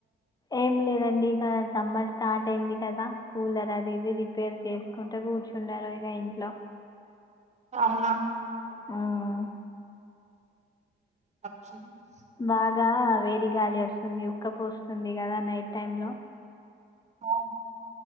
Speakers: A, on the left (about 20°); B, on the right (about 35°).
A: ఏం లేదండి ఇక సమ్మర్ స్టార్ట్ అయ్యింది కదా కూలర్ అది ఇది రిపేర్ చేసుకుంటే కూర్చున్నారు ఇక ఇంట్లో
B: అవునా
A: మ్మ్
B: <inaudible>
A: బాగా వేడి గాలి వస్తుంది ఉక్కపోస్తుంది కదా నైట్ టైమ్ లో
B: ఆ